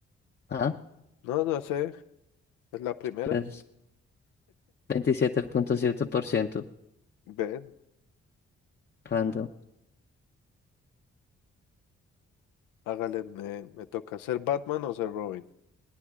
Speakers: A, on the left; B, on the left.
A: ah,
B: No, no sé. Es la primera.
A: pues veintisiete punto siete por ciento
B: Ven.
A: random.
B: Hágale. Me, me toca ser Batman o ser Robin.